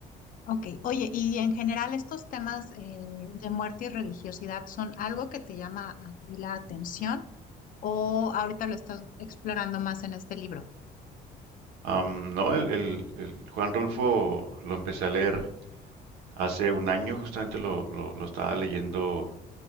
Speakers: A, on the left (about 55°); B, on the right (about 85°).
A: Ok, oye, y en general estos temas eh, de muerte y religiosidad son algo que te llama a ti la atención o ahorita lo estás explorando más en este libro.
B: Am, no, el, el- el Juan Rulfo lo empecé a leer hace un año, justamente lo, lo- lo estaba leyendo